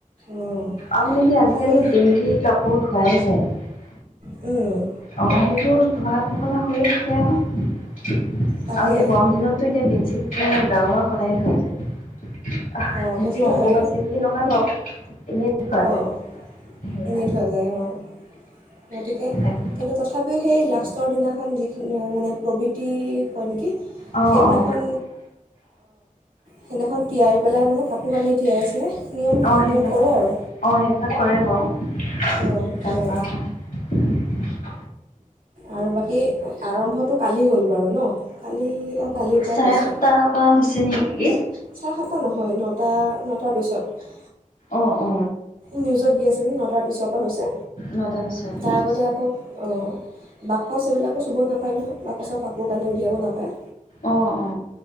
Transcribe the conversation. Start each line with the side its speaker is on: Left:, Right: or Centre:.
Right: অঁ
Left: আৰু মানে কি আজিকালিটো
Right: খালী
Left: ডেইল কাপ ধোৱাই যায়
Right: উম
Left: অ সেইবোৰ ধোৱা পখলা হৈয়ে থাকে আৰু আৰু এতিয়া
Right: তাকে
Left: গৰম দিনততো এতিয়া বেছি এ গাঁৱৰ সদায় থয় যে
Right: অঁ
Left: সেইটো
Right: সেইটোতো
Left: অম্বু
Right: হয়েই
Left: বাচি বুলি নহয় বাৰু এনেই ধোৱা
Right: অঁ
Left: যায় সেয়া
Right: এনেই ধোৱা যায় অঁ গতিকে
Left: তাকে
Right: কিন্তু তথাপিও সেই লাষ্টৰ দিনাখন যিখিনি মানে প্ৰবৃত্তি হয় নেকি
Left: অঁ
Right: সেইদিনাখন
Left: অঁ
Right: সেইনাখন তিয়াই পেলাই মানে কাপোৰ কানি তিয়াইছে। নিয়ম
Left: অঁ সেইবিলাক
Right: নিয়ম কৰে আৰু।
Left: অঁ সেইবিলাক কৰে বাৰু
Right: অঁ
Left: তাৰপৰা।
Right: কৰে
Left: উ
Right: আৰু বাকী আৰম্ভটো কালি হ'ল বাৰু ন কালি অ কালিৰ পৰাই
Left: চাৰে
Right: হৈছে
Left: সাতটা পৰা হৈছে নেকি?
Right: চাৰে সাতটা নহয় নটা তাৰ পিছত।
Left: অ অ।
Right: নিউজত দি আছিল নটাত। অফিচৰ পৰা হৈছে
Left: নটা পিছত
Right: তাৰ
Left: ন?
Right: আগতে আকৌ অ বাকচ এইবিলাকো চুব নাপায় নহয়। বাকছৰ কাপোৰ কানি উলিয়াব নাপায়।
Left: অ অ।